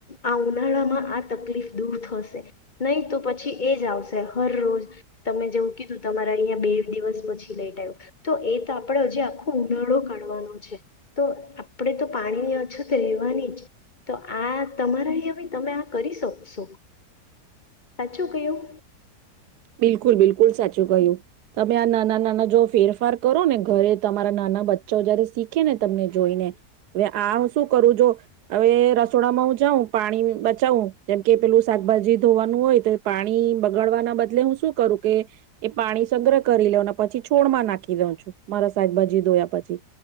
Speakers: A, on the left; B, on the right.
A: આ ઉનાળામાં આ તકલીફ દૂર થશે. પછી એ જ આવશે હર રોજ તમે જેવું કીધું તમારા અહીંયા બે દિવસ પછી લેટ આવ્યું તો એ તો આપણે હજી આખો ઉનાળો કાઢવાનો છે તો આપણે તો પાણીની રેવાની જ તો આ તમારા હવે તમે આ કરી શકશો. સાચું કહ્યું
B: બિલકુલ બિલકુલ સા ચુ ગયું. તમે આ નાના નાના જો ફેરફાર કરો ને ઘરે તમારા નાના બચ્ચા જયારે શીખે ને તમને જોઈને હવે આ શું કરું જો હવે રસોડામાં હું જાઉં પાણી બચાવું જેમ કે પેલું શાકભાજી ધોવાનું હોય તો પાણી બગાડવાના બદલે હું શું કરું કે એ પાણી સગ્રહ કરી લેને પછી છોડ માં નાખી દઉં છું મારા શાકભાજી ધોયા પછી.